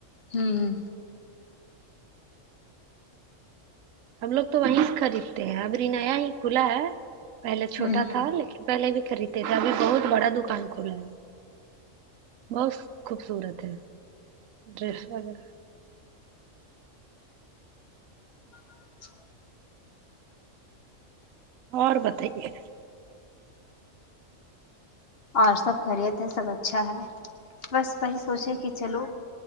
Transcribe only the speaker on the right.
ہمب لوگ تو وہیں سے خریدتے ہیں اب ر نیا ہی کھلا ہے پہلے چھوٹا
تھا لیکن کی پہلے بھی خریدتے تھے ابھی بہت بڑا دکان کھلا ہے بہت خوبصورت ہے ڈریس وغیرہ
اور بتائیے